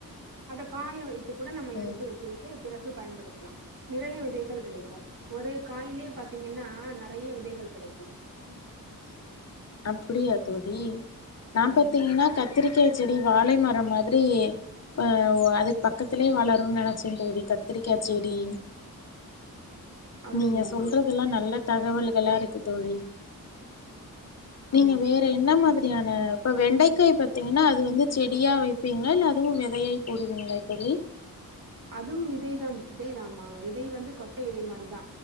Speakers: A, on the right; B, on the left.
A: அத காய வைத்து கூட நம்ம எடுத்து
B: ம்
A: வச்சிக்கிட்டு பிற கு பயன்படுத்தலா நிறைய விதைகள் கிடைக்கோ ஒரு காயிலே பாத்தீங்கன்னா நெறைய விதைகள் கெடைக்கும்
B: உம் அப்டியா தோழி நா
A: ம்
B: பாத்தீங்கனா கத்திரிக்கா செடி வாலை மரம் மாதிரி ஆஹ் அதுக் பக்கத்திலே வளரு நெனச்சே தோழி கத்திரிக்கா செடி
A: அப்டி
B: நீங்க
A: இல்லமா
B: சொல்றதெல்லா நல்லா தகவல்களா இருக்கு தோழி நீங்க
A: ஆமா
B: வேற என்ன மாதிரியான இப்ப வெண்டை க்காய் பாத்தீங்கனா அது வந்து செடியா வைப்பீங்களா இல்ல அதுவு விதையாயி போடுவீங்கள தோலி
A: அதுவு விதை தான் விதை தாமா விதை வந்து கொட்டை விதை மாரி தா